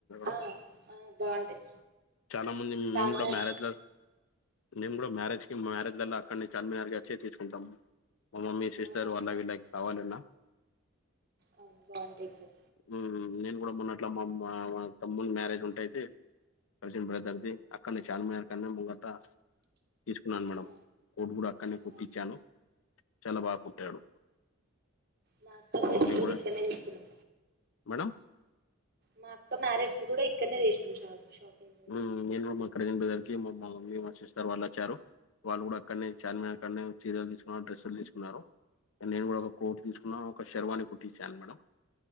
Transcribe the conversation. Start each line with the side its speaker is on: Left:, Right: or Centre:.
Right: ఆ
Left: లో
Right: ఆ బాగుంటాయి
Left: <inaudible> చానమంది
Right: చార్మినార్
Left: మేము గూడ మ్యారేజ్ ల మేము గూడ మ్యారేజ్ కి మ్యారేజ్ల్ల అక్కన్నె చార్మినార్ అచ్చే చేర్చుకుంటాం. మా మమ్మీ సిస్టర్
Right: ఆ
Left: వాళ్ళ
Right: బాగుంటాయి
Left: వీళ్ళకి కావాలున్నా!
Right: అవును బావుంటాయి ఇక్కడ
Left: మ్ నేను గుడా మొన్న అట్లా మా అమ్మా మా తమ్ముని మ్యారేజ్ ఉంటయితే కసిన్ బ్రద్దర్ది అక్కడనే చార్మినార్ కన్న ముంగట తీసుకున్నాను మేడం
Right: ఆ
Left: కోర్ట్ గూడ అక్కడనే కుట్టిచ్చాను.
Right: అవును
Left: చాలా బాగ కుట్టాడు.
Right: మాక్క
Left: మా
Right: పెళ్లి
Left: మమ్మీ
Right: గూడ
Left: గూడా
Right: ఇక్కన్నె తీసుకున్నం.
Left: మేడం
Right: మా అక్క మ్యారేజ్ కు గూడ ఇక్కడనే చేసినం షాప్ షాపింగ్
Left: ఊ నేను మా కసిన్ బ్రదర్ కి మా మమ్మీ మా సిస్టర్ వాళ్ళు అచ్చారు. వాళ్ళు గూడ అక్కడనే చార్మీన్ కాన్నే చీరలు తీసుకున్నారు డ్రెస్సులు తీసుకున్నారు ఇగ నేను గుడా ఒక కోట్ తీసుకున్నాను ఒక షర్వాని కుట్టించాను మేడం